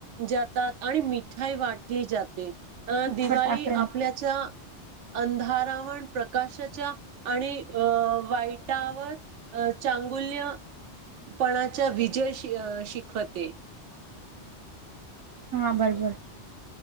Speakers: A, on the right (about 85°); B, on the right (about 20°).
A: जातात आणि मिठाई वाटली जाते अ दिवाळी
B: फटाकडे
A: आपल्याच्या अंधारावण प्रकाशाच्या आणि अ वाईटावर अ चांगुल्यपणाचा विजय श शिकवते
B: हा बरोबर